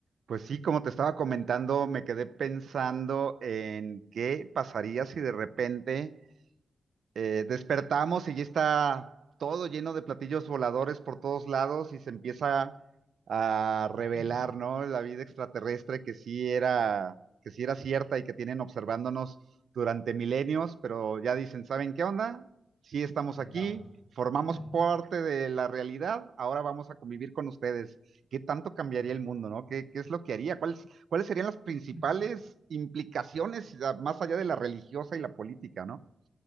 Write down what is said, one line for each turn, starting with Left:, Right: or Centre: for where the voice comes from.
Right: Pues sí, como te estaba comentando, me quedé pensando en qué pasaría si de repente eh, despertamos y ya está todo lleno de platillos voladores por todos lados y se empieza a revelar,
Left: Mm,
Right: ¿no? La vida extraterrestre que sí era, que sí era cierta y que tienen observándonos durante milenios, pero ya dicen, ¿saben qué onda? Sí estamos
Left: Llegamos.
Right: aquí, formamos
Left: Mm,
Right: parte de la realidad, ahora vamos a convivir con ustedes. ¿Qué tanto cambiaría
Left: a mí.
Right: el mundo, no? ¿Qué, qué es lo que haría? ¿Cuáles, cuáles serían las principales
Left: Mm.
Right: implicaciones a- más allá de la religiosa y la política, no?